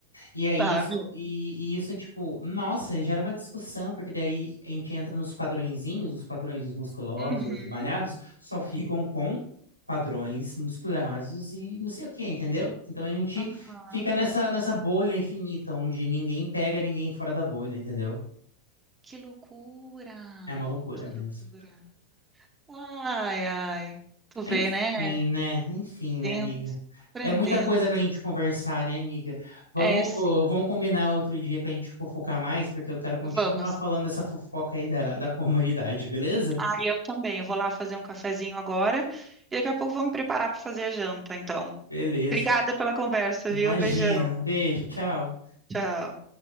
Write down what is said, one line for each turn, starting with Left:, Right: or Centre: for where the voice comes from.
Left: E aí
Right: sabe?
Left: isso, e, e isso é tipo, nossa, gera uma discussão, porque daí a gente entra nos padrõezinhos, os padrões dos musculosos,
Right: Uhum.
Left: de malhados, só ficam com padrões musculosos e não sei o que, entendeu? Então a gente
Right: Aham.
Left: fica nessa, nessa bolha infinita, onde ninguém pega ninguém fora da bolha, entendeu?
Right: Que loucura!
Left: É uma loucura
Right: Que
Left: mesmo.
Right: loucura! Ai, ai. Tu vê,
Left: Enfim,
Right: né?
Left: né? Enfim,
Right: Aprendendo,
Left: né, amiga?
Right: aprendendo.
Left: É muita coisa pra gente conversar, né, amiga? Vamos,
Right: É, sim.
Left: vamos combinar outro dia pra gente fofocar mais, porque eu quero continuar
Right: Vamos.
Left: falando dessa fofoca aí da, da comunidade, beleza?
Right: Ah, eu também. Eu vou lá fazer um cafezinho agora e daqui a pouco vou me preparar para fazer a janta, então.
Left: Beleza.
Right: Obrigada pela conversa,
Left: Imagina.
Right: viu? Beijão.
Left: Beijo, tchau.
Right: Tchau.